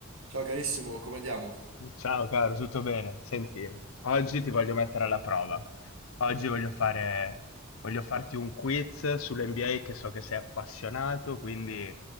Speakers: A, on the right; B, on the left.
A: Ciao carissimo, come andiamo?
B: Ciao caro, tutto bene? Senti, oggi ti voglio mettere alla prova. Oggi voglio fare, voglio farti un quiz sull'NBA che so che sei appassionato, quindi